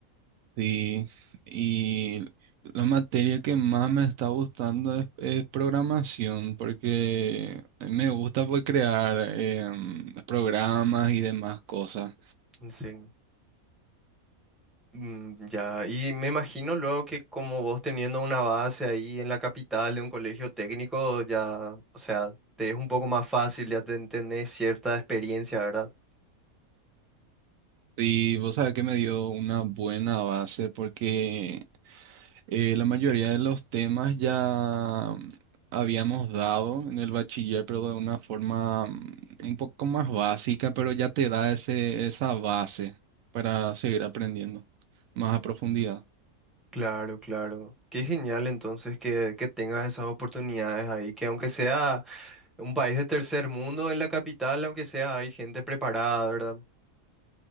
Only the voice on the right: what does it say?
Sí, y la materia que más me está gustando es, es programación, porque me gusta pues, crear em, programas y demás cosas.
Y vos sabés que me dio una buena base, porque eh, la mayoría de los temas ya habíamos dado en el bachiller, pero de una forma mm, un poco más básica, pero ya te da ese, esa base para seguir aprendiendo más a profundidad.